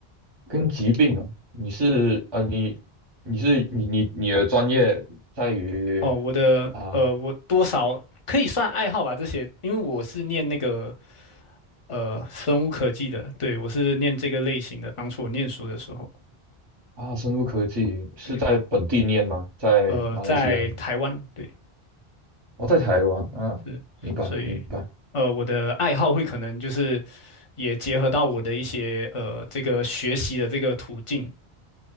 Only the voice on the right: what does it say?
跟疾病啊。你是呃你你是你你你的专业在于
啊
啊生物科技，是在本地念吗？
在马来西亚念？
我在台湾啊，
明白，
明白，